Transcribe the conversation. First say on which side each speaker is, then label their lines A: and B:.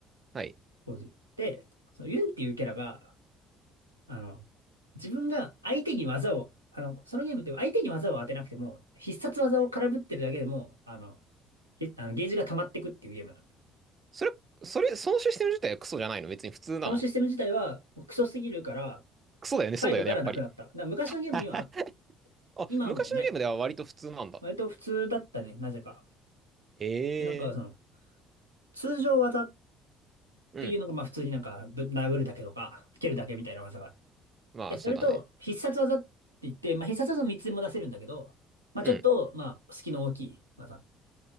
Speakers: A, on the right; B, on the right.
A: はい。
B: 当時。で、そのユンっていうキャラが、あの、自分が相手に技を、あの、そのゲームって相手に技を当てなくても、必殺技を空振ってるだけでも、あの、ひあのゲージが溜まってくっていうゲームなんで。
A: それ、それ、そのシステム自体はクソじゃないの別に普通なの。
B: そのシステム自体はクソすぎるから、
A: クソだよね、
B: 5からなくなった。
A: そうだよね、やっぱり。
B: だから昔のゲームにはあった。
A: <laughs> あ、
B: 今はもうない。
A: 昔のゲームでは割と普通なんだ。
B: 割と普通だったね、なぜか。
A: へ
B: え、なんかその、
A: え。
B: 通常技っ
A: うん。
B: ていうのが、まあ普通になんか、ぶ、殴るだけとか、蹴るだけみたいな技が。
A: まあ、
B: え、それと、
A: そうだね。
B: 必殺技って言って、まあ必殺技もいつでも出せるんだけど、まあちょっと、
A: うん。
B: まあ、隙の大きい技。